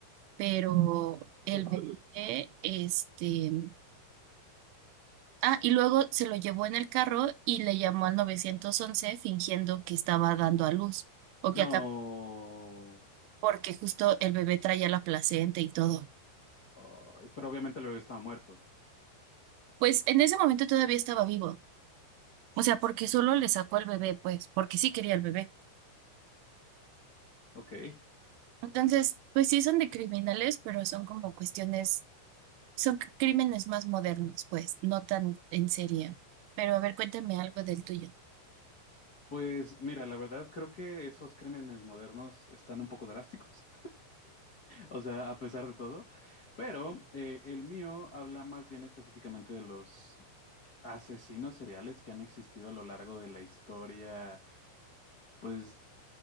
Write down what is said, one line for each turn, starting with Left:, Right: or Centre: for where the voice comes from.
Right: Pero el
Left: Hola.
Right: bebé, este... Ah, y luego se lo llevó en el carro y le llamó al 911 fingiendo que estaba dando a luz. O que
Left: No.
Right: acá, porque justo el bebé traía la placenta y todo.
Left: Ay, pero obviamente el bebé estaba muerto.
Right: Pues en ese momento todavía estaba vivo. O sea, porque solo le sacó el bebé, pues, porque sí quería el bebé.
Left: Ok.
Right: Entonces, pues sí son de criminales, pero son como cuestiones, son c- crímenes más modernos, pues, no tan en serio. Pero a ver, cuéntame algo del tuyo.
Left: Pues mira, la verdad creo que esos crímenes modernos están un poco drásticos. O sea, a pesar de todo. Pero eh, el mío habla más bien específicamente de los asesinos seriales que han existido a lo largo de la historia, pues,